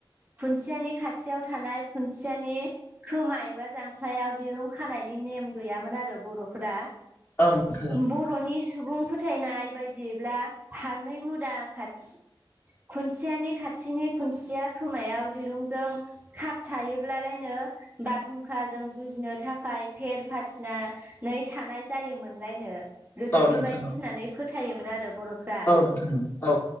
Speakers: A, on the right; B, on the left.
A: खुन्थियानि खाथियाव थानाय खुन्थियानि खोमा एबा जांख्लायाव दिरुं खानायनि नेम गैयामोन आरो बर'फोरा।
B: औ नोंथां औ
A: बर'नि सुबुं फोथायनाय बायदिब्ला फारनै मुदा खाथि खुन्थियानि खाथिनि खुन्थिया खोमायाव दिरुंजों खाब थायोब्लालायनो बारहुंखाजों जुजिनो थाखाय फेर फाथिना नै थानाय जायोमोनलायनो गोदो
B: औ
A: बेबायदि
B: नोंथां औ
A: होननानै फोथायोमोन आरो बर'फ्रा
B: औ नोंथां औ